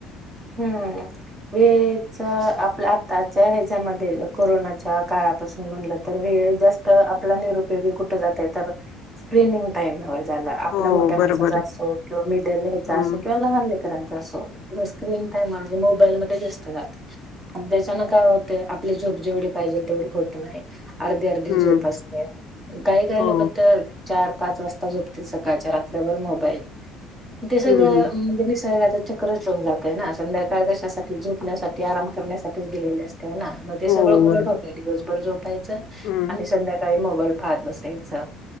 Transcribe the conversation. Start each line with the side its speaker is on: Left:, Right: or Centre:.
Right: हम्म वेळेच आपल्या आताच्या ह्याच्यामध्ये कोरोनाच्या काळापासून म्हणलं, तर वेळ जास्त आपला निरुपयोगी कुठे जाते, तर स्क्रीिनिंग टाइम- झाला, आपल्या
Left: हो
Right: मोठ्या
Left: बरोबर
Right: माणसाचा
Left: आहे
Right: असो, किंवा मिडल ह्याचा
Left: हम्म
Right: असो, किंवा लहान लेकरांचा असो, नसतं - स्क्रीन टाइम म्हणजे मोबाईल मध्ये जास्त जात आणि त्याच्यान काय होते आपली झोप जेवढी पाहिजे तेवढी होत नाही. अर्धी-अर्धी
Left: हम्म
Right: झोप असते, काही-काही
Left: हो
Right: लोक तर चार- पाच वाजता झोपतील, सकाळच्या, रात्रभर मोबाईल- ते सगळं
Left: हम्म हम्म.
Right: म्हणजे मी निसर्गाचं चक्रच <unintelligible> जात. ते ना संध्याकाळ कशासाठी- झोपण्यासाठी, आराम करण्यासाठीच दिलेले असतात. ते ना मग ते
Left: हो
Right: सगळं उलट
Left: बरोबर
Right: होतय, दिवसभर झोपायचं
Left: हम्म
Right: आणि संध्याकाळी मग- बलफात बसायचा.